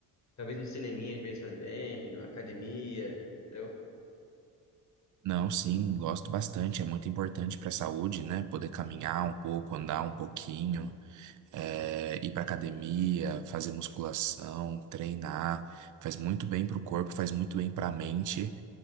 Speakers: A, on the left; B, on the right.
A: talvez um cineminha às vezes faz bem, uma academia, entendeu?
B: Não, sim, gosto bastante, é muito importante pra saúde, né? Poder caminhar um pouco, andar um pouquinho, é, ir pra academia, fazer musculação, treinar, faz muito bem pro corpo, faz muito bem pra mente.